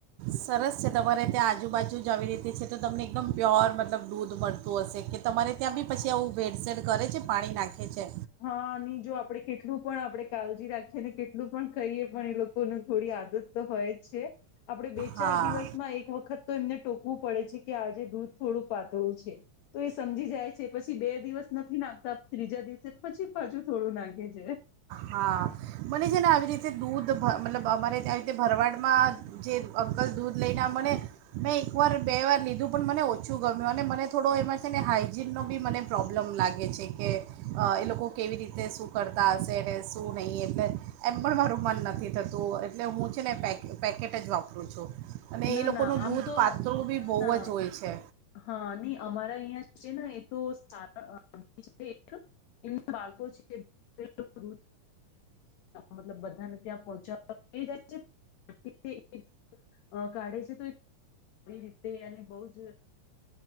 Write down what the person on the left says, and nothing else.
હા જો આપડણે કેટલું પણ આપડે કાળજી રાખીએ અને કેટલું પણ કહીએ પણ એ લોકો થોડી આદત તો હોય જ છે આપણે બે
ચાર દિવસમાં એક વખત તો એમને ટોકવું પડે છે કે આજે દૂધ થોડું પાતળું છે તો એ સમજી જાય છે પછી બે દિવસ નથી નાખતા ત્રીજા દિવસ પછી બાજુ થોડું નાખે છે
ના
ના
આમ
તો
ના
ના
હા નહી અમારા અહંય છે ને એ તો એમના બાળકો છે <unintelligible> મતલબ બધાને ત્યાં પહોચાવાઈ જાય છે <unintelligible> અ કાઢે છે તો સારી રીતે અને બહુ જ